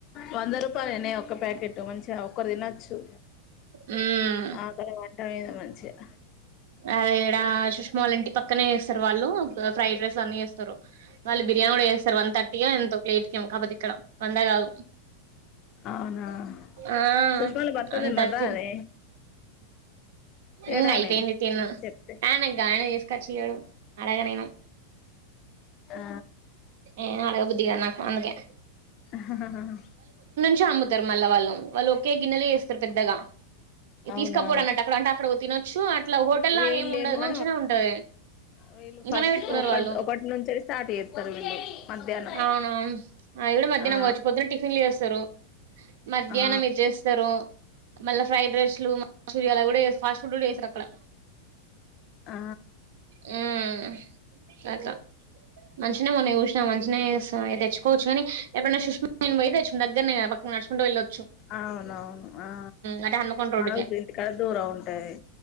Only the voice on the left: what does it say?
వంద రూపాయలేనే ఒక ప్యాకెట్ మంచిగా ఒకరు తినచ్చు
ఆకలి మంట లేదు మంచిగా
అవునా
సుష్మాల భర్త
తెమ్మని
రాదే తేడానే
చెప్తే
ఆ
హ హ హ హ
అవునా
వీళ్ళేమో
వీళ్ళు
ఫస్ట్
ఒకటి
ఒకటి నుంచి స్టార్ట్ చేస్తారు వీళ్ళు మధ్యాహ్నం
ఆ
ఆ
ఆ
అవునవును ఆ
మనం ఇంటికాడా దూరం ఉంటాది